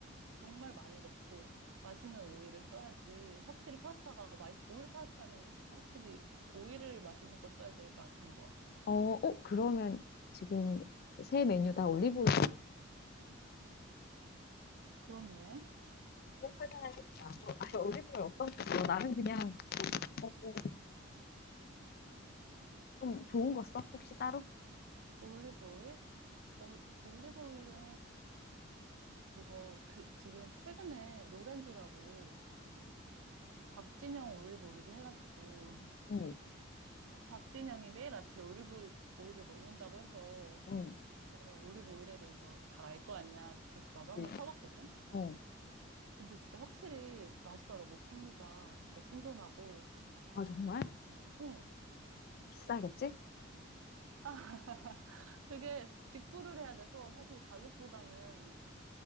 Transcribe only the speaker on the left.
어, 어, 그러면 지금 새 메뉴 다 올리브오일
좋은 걸 사야겠다. 너, 아, 올리브오일 어떤 거 써? 나는 그냥 먹고 좀 좋은 거 써? 혹시 따로?
응,
응,
네.
어.
아, 정말?
비싸겠지?